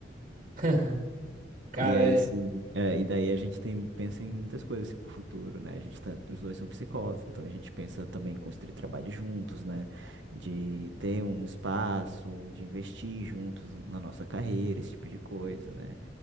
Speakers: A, on the right; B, on the right.
A: <laughs> Cara,
B: E aí,
A: é-
B: assim, é, e daí a gente tem, pensa em muitas coisas assim, pro futuro, né? A gente tá, os dois são psicólogos, então a gente pensa também em construir trabalho juntos, né? De ter um espaço, de investir juntos na nossa carreira, esse tipo de coisa, né?